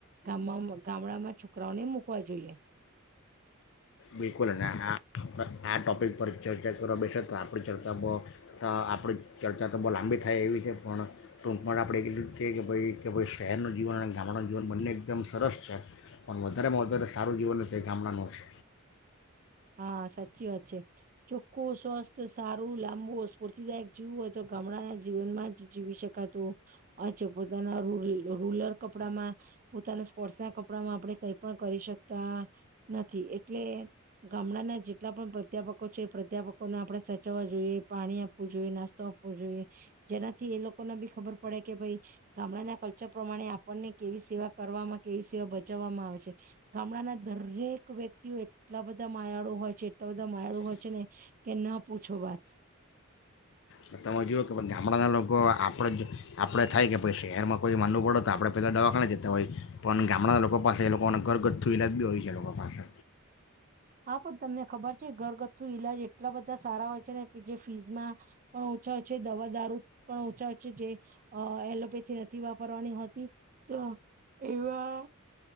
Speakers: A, on the right; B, on the left.
A: ગામ ગામડામાં છોકરાઓને મુકવા જોઈએ.
B: બિલકુલ અને આ આ ટોપિક <unintelligible> આપણી ચર્ચા બહ આપણી ચર્ચા તો બહુ લાંબી થાય એવી છે પણ ટૂંકમાં આપણે એટ રીતે છેએ કે ભાઈ કે ભાઈ શહેરનું જીવન અને ગામડાનું જીવન બંને એકદમ સરસ છે પણ વધારેમાં વધારે સારું જીવન તે ગામડાનું છે.
A: હા, સાચી વાત છે. ચોખ્ખું સ્વસ્થ સારું લાંબુ સ્ફૂર્તિદાયક જીવું હોય તો ગામડાંના જીવનમાં જીવી શક કાતો પોતાના રુ રૂલર કપડામાં પોતાના સ્પોર્ટસના કપડામાં આપણે કઈ પણ કરી શકતા નથી એટલે ગામડાના જેટલા પણ પ્રાધ્યાપકો છે એ પ્રાધ્યાપકોને આપણે સાચવવા જોઈએ પાણી આપવું જોઈએ, નાસ્તો આપવો જોઈએ જેનાથી એ લોકોને બી ખબર પડે કે ભાઈ ગામડાના કલ્ચર પ્રમાણે આપણને કેવી સેવા કરવામાં કેવી સેવા બચાવવામાં આવે છે ગામડાના દરેક વ્યક્તિઓ એ ટલા બધા માયાળુ હોય છે એટલા બધા માયાળુ હોય છે ને કે ના પૂછો વાત.
B: તો તમે જોઓ કે ગામડાના લોકો આપણે જ આપણે થાય કે ભ શહેરમાં કોઈ માનવું પડે તો આપણે પહેલાં દવાખાને જતાં હોય પણ ગામડાના લોકો પાસે એ લોકોને ઘરગથ્થુ ઇલાજ બી હોય છે એ લોકો પાસે.
A: હા, પણ તમને ખબર છે ઘરગથ્થુ ઈલાજ એટલા બધા સારા હોય છે ને કે જે ફીઝમાં પણ ઓછા છે. દવા દારૂ પણ ઓછા છે. જે અ એલોપેથી નથી વાપરવાની હોતી તો એવા